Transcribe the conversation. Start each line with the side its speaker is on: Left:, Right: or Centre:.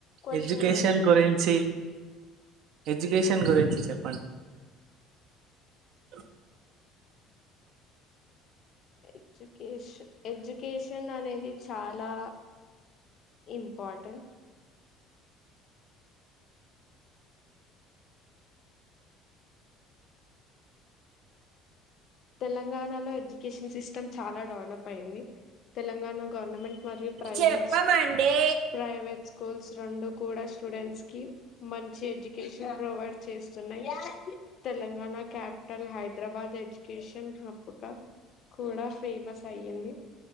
Left: Question
Right: education
Left: అడగాను
Right: గురించి education గురించి చెప్పండి అలో
Left: ఎడ్యుకేష ఎడ్యుకేషన్ అనేది చాలా ఇంపార్టెంట్ తెలంగాణలో ఎడ్యుకేషన్ సిస్టమ్ చాలా డెవలప్ అయింది తెలంగాణ గవర్నమెంట్ మరియు ప్రైవేట్స్
Right: చెప్పమండి
Left: ప్రైవేట్ స్కూల్స్ రోండు కూడా స్టూడెంట్స్ కి మంచి ఎడ్యుకేషన్ ప్రొవైడ్ చేస్తున్నాయి తెలంగాణ క్యాప్టల్ హైద్రబాదే కేషన్ హబ్ గా కూడా ఫేమస్ అయ్యింది